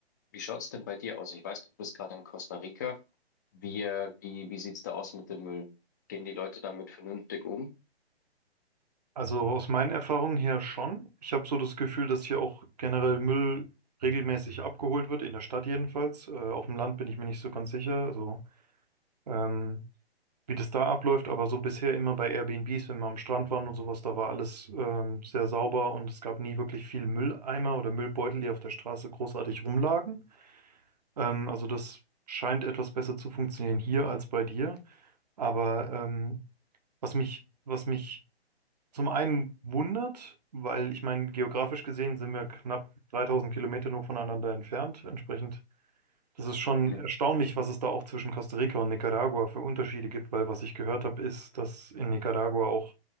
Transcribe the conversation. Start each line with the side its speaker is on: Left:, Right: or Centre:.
Left: wie schaut's denn bei dir aus? Ich weiß, du bist gerade in Costa Rica. Wie, äh, wie, wie sieht's da aus mit dem Müll? Gehen die Leute damit vernünftig um?
Right: Also aus meinen Erfahrungen her schon. Ich habe so das Gefühl, dass hier auch generell Müll regelmäßig abgeholt wird, in der Stadt jedenfalls. Äh, auf dem Land bin ich mir nicht so ganz sicher. Also ähm, wie das da abläuft, aber so bisher immer bei Airbnbs, wenn wir am Strand waren und sowas, da war alles ähm, sehr sauber und es gab nie wirklich viel Mülleimer oder Müllbeutel, die auf der Straße großartig rumlagen. Ähm, also das scheint etwas besser zu funktionieren hier als bei dir. Aber ähm, was mich, was mich zum einen wundert, weil ich meine, geografisch gesehen sind wir knapp 3000 Kilometer nur voneinander entfernt. Entsprechend das ist schon
Left: Mhm.
Right: erstaunlich, was es da auch zwischen Costa Rica und Nicaragua für Unterschiede gibt, weil was ich gehört habe, ist, dass in Nicaragua auch